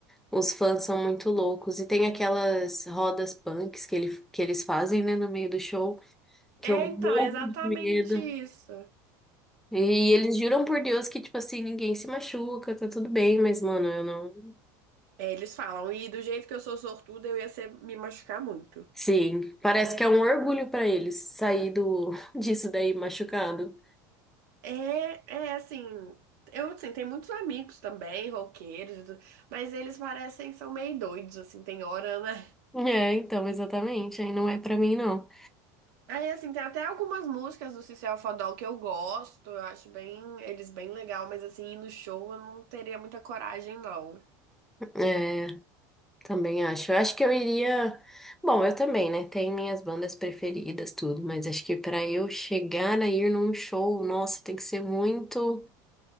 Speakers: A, in the centre; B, on the right.
A: Os fãs são muito loucos. E tem aquelas rodas punks que, ele, que eles fazem, né, no meio do show, que
B: É,
A: eu
B: então,
A: morro
B: é exatamente
A: de medo.
B: isso.
A: E eles juram por Deus que, tipo assim, ninguém se machuca, tá tudo bem, mas, mano, eu não.
B: É, eles falam, e do jeito que eu sou sortuda, eu ia ser, me machucar muito.
A: Sim, parece que é um orgulho pra eles sair do, <laughs> disso daí machucado.
B: É, é assim, eu assim, tenho muitos amigos também, roqueiros, e tudo, mas eles parecem, são meio doidos, assim, tem hora, né?
A: É, então, exatamente. Aí não é pra mim, não.
B: Aí, assim, tem até algumas músicas do Cecil Fadol que eu gosto, eu acho bem, eles bem legal, mas assim, ir no show eu não teria muita coragem, não.
A: É, Também acho. Eu acho que eu iria. Bom, eu também, né? Tem minhas bandas preferidas, tudo, mas acho que pra eu chegar a ir num show, nossa, tem que ser muito.